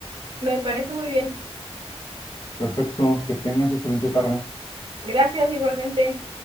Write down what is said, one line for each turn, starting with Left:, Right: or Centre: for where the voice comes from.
Right: Me parece muy bien.
Left: Perfecto, que tengas excelente tarde.
Right: Gracias igualmente.